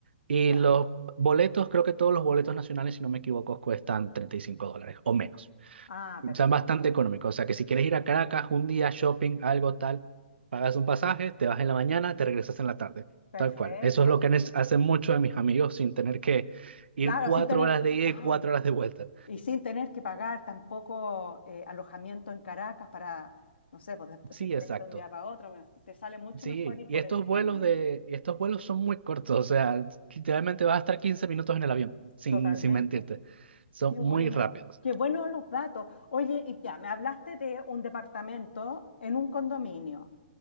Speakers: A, on the right; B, on the left.
A: Y
B: ya.
A: los boletos, creo que todos los boletos nacionales, si no me equivoco, cuestan 35 dólares o menos.
B: Ah, perfecto,
A: Son bastante económicos. O sea que si quieres ir a Caracas un día shopping, algo tal, pagas un pasaje, te vas en la mañana, te regresas en la tarde.
B: perfecto.
A: Tal cual. Eso es lo que han- hacen muchos de mis amigos sin tener que ir
B: Claro,
A: cuatro
B: sin tener,
A: horas de ida
B: claro,
A: y cuatro horas de vuelta.
B: y sin tener que pagar tampoco eh, alojamiento en Caracas para, no sé, pues después,
A: Sí,
B: si querés
A: exacto.
B: de un día para otro, me- te sale mucho
A: Sí,
B: mejor ir
A: y
B: por
A: estos
B: el día
A: vuelos
B: en avión.
A: de, y estos vuelos son muy cortos, o sea, literalmente vas a estar 15 minutos en el avión, sin,
B: Totalmente,
A: sin mentirte. Son
B: qué
A: muy
B: bueno,
A: rápidos.
B: qué buenos los datos. Oye, y ya, me hablaste de un departamento en un condominio